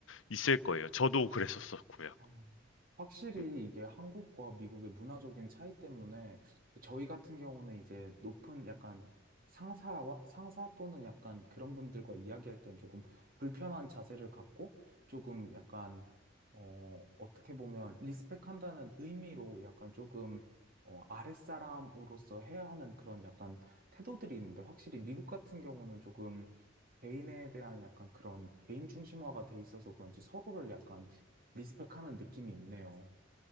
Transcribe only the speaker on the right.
아, 확실히
이게 한국과 미국의 문화적인 차이 때문에 저희 같은 경우는 이제 높은 약간 상사와 상사 또는 약간 그런 분들과 이야기할 땐 조금 불편한 자세를 갖고 조금 약간 어 어떻게 보면 리스펙한다는 의미로 약간 조금 어 아랫사람으로서 해야 하는 그런 약간 태도들이 있는데 확실히 미국 같은 경우는 조금 개인에 대한 약간 그런 개인 중심화가 돼 있어서 그런지 서로를 약간 리스펙하는 느낌이 있네요.